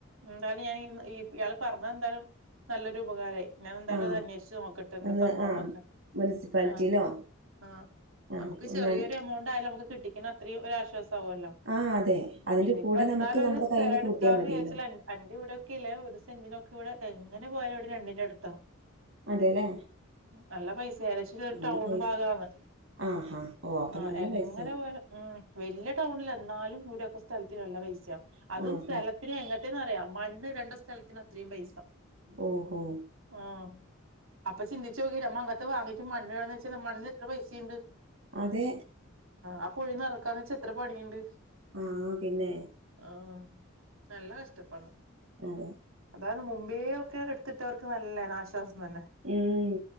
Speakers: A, on the right; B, on the right.
A: എന്തായാലും ഞാൻ ഇയാള് പറഞ്ഞ എന്തായാലും നല്ലൊരു ഉപകാരമായി. ഞാൻ എന്തായാലും
B: ആഹ്
A: അത് അന്വേഷിച് നോക്കട്ട് എന്ത
B: ഒന്ന്
A: സംഭവം
B: ആഹ്
A: എന്നൊക്കെ.
B: മുനിസിപ്പാലിറ്റിയിലോ
A: ആ ആ
B: ആഹ്
A: നമുക്ക്
B: ഒന്ന്
A: ചെറിയൊരു എമൗണ്ട് ആയാലും നമുക്ക് കിട്ടിക്കണ അത്രയും ഒരാശ്വാസം വല്ലോ
B: ആഹ് അതെ അതിന്റെ
A: ഇനിപ്പ
B: കൂടെ
A: എന്നാലും
B: നമുക്ക്
A: ഒരു
B: നമ്മുടെ
A: സ്ഥലെടുക്കാന്ന്
B: കയ്യിന്ന് കൂട്ടിയാൽ മതിയല്ലോ
A: വിചാ അന്റെ ഇവിടെയൊക്കെ ഇല്ലേ ഒരു സെന്റിനൊക്കെ ഇവിടെ എങ്ങനെ പോയാലും ഇവിടെ രണ്ടിന്റെ അടുത്താവും
B: അതെല്ലേ
A: നല്ല പൈസയാ പക്ഷെ
B: നല്ല
A: ടൗൺ
B: പൈസ
A: ഭാഗാന്ന്
B: ആഹാ ഓ അപ്പൊ
A: ആ
B: നല്ല
A: എങ്ങനെ
B: പൈസയായി
A: പോയാലും ഉം വല്യ ടൗണില്ല എന്നാലും ഈടെയൊക്കെ സ്ഥലത്തിന് നല്ല പൈസയാ അതും
B: ആഹാ
A: സ്ഥലത്തിന് എ റ്റന്ന്റിയ മണ്ണ് ഇടേണ്ട സ്ഥലത്തിന് അത്രയും പൈസ
B: ഓഹോ
A: ആ അപ്പൊ ചിന്തിച്ചു നോക്കിയെ നമ്മ അത് വാങ്ങിട്ട് മണ്ണ് ഇടാന്ന് വച്ച മണ്ണിന് എത്ര പൈസയുണ്ട്.
B: അതെ
A: ആ പൊഴി നിറക്കാന്ന് വച്ച എത്ര പണിയുണ്ട്
B: ആ പിന്നെ
A: ആഹ് നല്ല കഷ്ടപ്പെടണം
B: അതെ
A: അതാണ് മ്പേ ഒക്കെ എടുത്തിട്ടവർക്ക് നല്ല ആശ്വാസം തന്നെ
B: ഉം